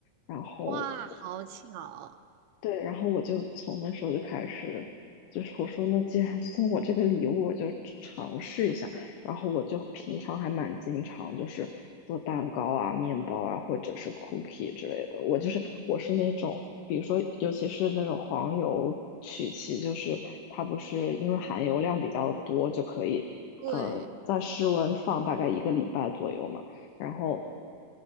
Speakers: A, on the left; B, on the right.
A: 然后
B: 哇，好巧。
A: 对，然后我就从那时候就开始，就是我说那既然送我这个礼物，我就吃尝试一下。然后我就平常还蛮经常就是做蛋糕啊、面包啊，或者是 cookie 之类的。我就是我是那种，比如说尤其是那种黄油曲奇，就是它不是因为含油量比较多，就可以呃在室温放大概一个礼拜左右嘛。
B: 对
A: 然后